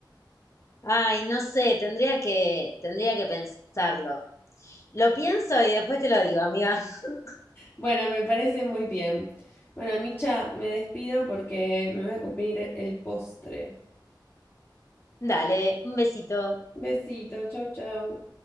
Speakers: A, on the left; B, on the left.
A: Ay, no sé, tendría que, tendría que pensarlo. Lo pienso y después te lo digo, amiga. <laughs>
B: Bueno, me parece muy bien. Bueno, Micha, me despido porque me voy a cumplir el postre.
A: Dale, un besito.
B: Besito, chau, chau.